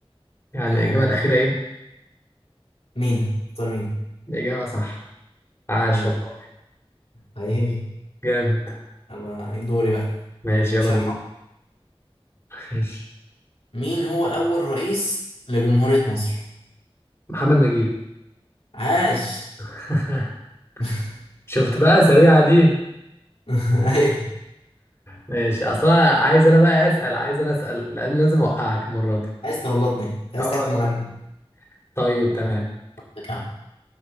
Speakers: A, on the left; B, on the left.
A: يعني
B: آه
A: الاجابه
B: م-
A: الاخيره ايه
B: مينا قطر مينا
A: الاجابه صح عاش
B: الحمد لله
A: والله
B: حقيقي
A: جامد
B: يلا دوري بقى
A: ماشي يلا
B: مش هرحم
A: دول ماشي
B: مين هو أول رئيس لجمهورية مصر؟
A: محمد نجيب
B: عاش
A: <laughs>
B: <laughs>
A: شفت بقى سريعه دي
B: <laughs> ايوه
A: ماشي اصلا عايز انا بقى اسال عايز انا اسال لان لازم اوقعك المره دي
B: عايز تغلطني عايز
A: اه
B: تحكم
A: لازم
B: عليا
A: طيب تمام
B: لك يا عم